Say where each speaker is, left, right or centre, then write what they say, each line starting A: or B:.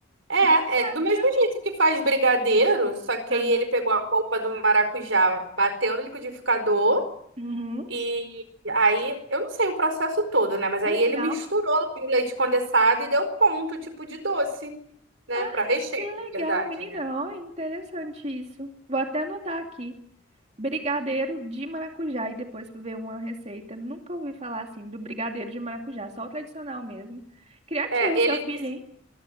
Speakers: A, on the right; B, on the right.
A: É,
B: Novidade
A: é do mesmo
B: pra mim.
A: jeito que faz brigadeiro, só que
B: Normal.
A: aí ele pegou a polpa do maracujá, bateu no liquidificador
B: Uhum.
A: e aí, eu não sei o processo todo, né? Mas aí
B: Que legal.
A: ele misturou com leite condensado e deu ponto, tipo de doce, né?
B: Ah,
A: para recheio,
B: que legal,
A: na verdade,
B: menina.
A: né?
B: Ó, interessante isso. Vou até anotar aqui. Brigadeiro de maracujá e depois ver uma receita. Nunca ouvi falar assim do brigadeiro de maracujá, só o tradicional mesmo. Criativo,
A: É,
B: seu
A: ele
B: filho,
A: disse.
B: hein?